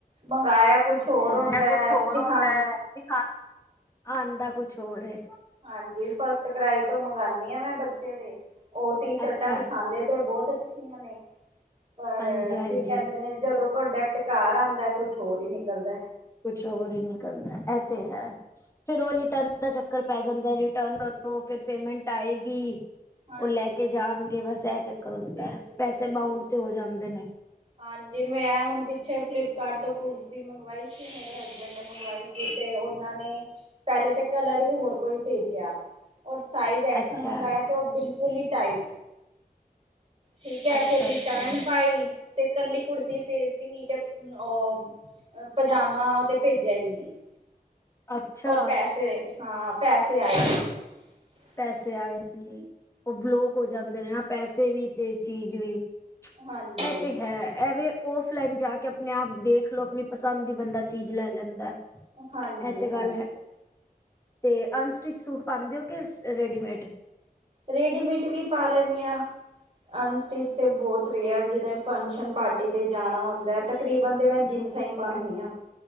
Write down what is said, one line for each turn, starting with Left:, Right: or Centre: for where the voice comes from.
Right: ਮੰਗਾਇਆ ਕੁਛ ਹੋਰ
Left: ਮੰਗਾਇਆ
Right: ਹੁੰਦਾ
Left: ਕੁਛ
Right: ਹੈ
Left: ਹੋਰ
Right: ਦਿਖਾ
Left: ਹੋਂਦਾ ਤੇ ਆਂਦਾ ਕੁਛ ਹੋਰ ਹੈ।
Right: ਹਾਂਜੀ ਫਸਟ ਕਰਾਈ ਤੋਂ ਮੰਗਾਨੀ ਆ ਮੈਂ ਬੱਚੇ ਦੇ ਉਹ ਟੀ ਸ਼ਰਟਾਂ
Left: ਅੱਛਾ
Right: ਦਿਖਾਦੇ ਤੇ ਬਹੁਤ ਅੱਛੀਆਂ ਨੇ ਪਰ
Left: ਹਾਂਜੀ ਹਾਂਜੀ
Right: ਕੀ ਕਹਿੰਦੇ ਨੇ ਜਦੋਂ ਪ੍ਰੋਡਕਟ ਘਰ ਆਂਦਾ ਕੁਛ ਹੋਰ ਹੀ ਨਿਕਲਦਾ
Left: ਕੁਛ ਹੋਰ ਹੀ ਨਿਕਲਦਾ ਇਹ ਤੇ ਹੈ ਫਿਰ ਉਹ ਰਿਟਰਨ ਦਾ ਚੱਕਰ ਪੈ ਜਾਂਦਾ ਰਿਟਰਨ ਕਰੋ ਫੇਰ ਪੇਮੈਂਟ ਆਏਗੀ
Right: ਹਾਂਜੀ
Left: ਉਹ ਲੈ ਕੇ ਜਾਣਗੇ ਬਸ ਇਹ ਚੱਕਰ ਹੁੰਦਾ
Right: ਬਿਲਕੁਲ-ਬਿਲਕੁਲ
Left: ਹੈ ਪੈਸੇ ਬਾਉਨਡ ਤੇ ਹੋ ਜਾਂਦੇ ਨੇ
Right: ਹਾਂਜੀ ਮੈਂ ਹੁਣ ਪਿੱਛੇ ਫਲਿੱਪਕਾਰਟ ਤੋਂ ਕੁਟਦੀ <unintelligible> ਮੰਗਵਾਈ ਸੀ ਮੇਰੇ ਹਸਬੈਂਡ ਨੇ ਮੰਗਵਾਈ ਸੀ ਤੇ ਉਹਨਾਂ ਨੇ ਪਹਿਲੇ ਤੇ ਕਲਰ ਹੀ ਹੋਰ ਕੋਈ ਭੇਜਿਆ ਉਹ ਸਾਈਜ਼ ਐਕਸਲ
Left: ਅੱਛਾ,
Right: ਮੰਗਾਇਆ ਤੇ ਉਹ ਬਿਲਕੁਲ ਹੀ ਟਾਈਟ ਠੀਕ ਹੈ
Left: ਅੱਛਾ,
Right: ਫੇਰ ਰਿਟਰਨ
Left: ਅੱਛਾ,
Right: ਪਾਈ ਤੇ ਕੱਲੀ ਕੁੜਤੀ ਭੇਜਤੀ ਨੀਚੇ ੳ ਪਜਾਮਾ ਤੇ ਭੇਜਿਆ ਈ ਨੀ
Left: ਅੱਛਾ
Right: ਔਰ ਪੈਸੇ ਹਾਂ ਪੈਸੇ ਆਏ
Left: ਪੈਸੇ ਆਏ ਨਹੀਂ ਉਹ ਬਲੋਕ ਹੋ ਜਾਂਦੇ ਨੇ ਨਾ ਪੈਸੇ ਵੀ ਤੇ ਚੀਜ਼ ਵੀ
Right: ਹਾਂਜੀ-ਹਾਂਜੀ,
Left: ਉਹ ਤੇ ਹੈਂ ਇਹ ਵੇ ਔਫਲਾਈਨ ਜਾ ਕੇ ਆਪਣੇ ਆਪ ਦੇਖ ਲਓ ਆਪਣੀ ਪਸੰਦ ਦੀ ਬੰਦਾ ਚੀਜ਼ ਲੈ ਲੈਂਦਾ
Right: ਹਾਂਜੀ-ਹਾਂਜੀ
Left: ਇਹ ਤੇ ਗੱਲ ਹੈ ਤੇ
Right: ਬਿਲਕੁਲ
Left: ਅਨਸਟਿਚ ਸੂਟ ਪਾਉਂਦੇ ਓ ਕਿਸ ਏ ਰੇਡੀਮੇਡ
Right: ਰੇਡੀਮੇਟ ਵੀ ਪਾ ਲੇਨੀ ਆਂ ਅਨਸਟਿਚ ਤੇ ਬਹੁਤ ਰੇਅਰ ਜਿੱਦਾਂ ਫੰਕਸ਼ਨ ਪਾਰਟੀ 'ਤੇ ਜਾਣਾ ਹੁੰਦਾ ਤਕਰੀਬਨ ਤਾਂ ਮੈਂ ਜਿੰਨਸ ਹੀ ਪਾਨੀ ਆਂ